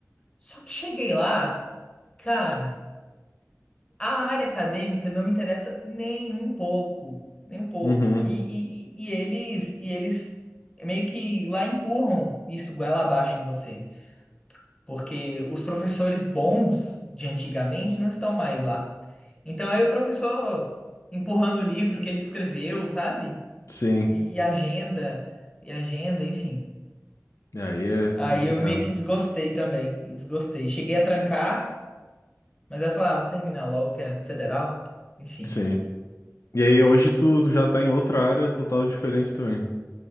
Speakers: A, on the left; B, on the left.
A: só que cheguei lá, cara, a área acadêmica não me interessa nem um pouco, nem um pouco.
B: uhum,
A: E, e, e e eles, e eles meio que lá empurram isso goela abaixo em você porque os professores bons de antigamente não estão mais lá. Então aí o professor empurrando o livro que ele escreveu, sabe?
B: sim.
A: E, e agenda, e agenda, enfim.
B: Aí é
A: Aí
B: complicado,
A: eu meio que desgostei também. Eu desgostei. Cheguei a trancar, mas aí eu falei, ah, vou terminar logo, que é federal. Enfim.
B: sim. E aí hoje tu já tá em outra área total diferente também.